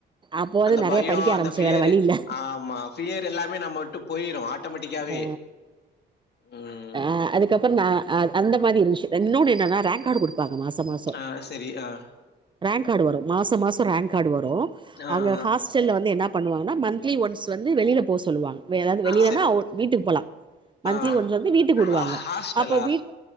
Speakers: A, on the right; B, on the left.
A: அப்போ வந்து
B: அந்த
A: நெறைய
B: பயம்
A: படிக்க
B: அந்த
A: ஆரம்பிச்சே
B: பியர்
A: வேற வழி இல்ல
B: ஆமா பியர் எல்லாமே நம்ம விட்டு போயிரும் ஆட்டோமேட்டிக்காவே
A: ஆ
B: உம்
A: ஆ அதுக்கப்புறம் ந அந்த மாதிரி இரு இன்னொன்னு என்னன்னா ரேங்க் கார்டு கொடுப்பாங்க மாச மாசம்
B: ஆஹ் சரி ஆஹ்
A: ரேங்க் கார்டு வரும் மாசம் மாசம் ரேங்க் கார்டு வரும்
B: ஆ
A: அங்க
B: ஆ
A: ஹாஸ் செல் வந்து என்ன பண்ணுவாங்கன்னா மந்த்லி ஒன்ஸ் வந்து வெளியில் போ சொல்லுவாங்க இப்ப ஏதாவது வெளியிலா
B: ச
A: வீட்டுக்கு போலாம் மந்தலி
B: ஆ
A: கொஞ்சம் வீட்டு கூடுவாங்க
B: ஆ ஹாஸ்டலா
A: அப்போ வீட்